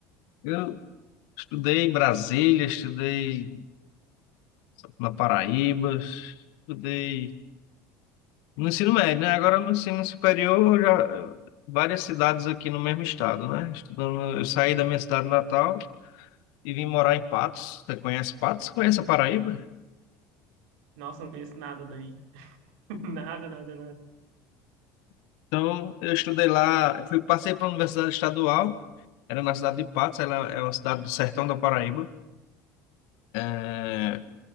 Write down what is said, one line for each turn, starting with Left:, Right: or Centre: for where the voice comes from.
Left: Eu estudei em Brasília, estudei na Paraíba, estudei No ensino médio, né? Agora no ensino superior, já várias cidades aqui no mesmo estado, né? Estudando, eu saí da minha cidade natal e vim morar em Patos. Você conhece Patos? Conhece a Paraíba?
Right: Nossa, não conheço nada daí. <laughs> Nada, nada, nada.
Left: Então, eu estudei lá, eu fui, passei para a Universidade Estadual, era na cidade de Patos, ela é uma cidade do sertão da Paraíba. É,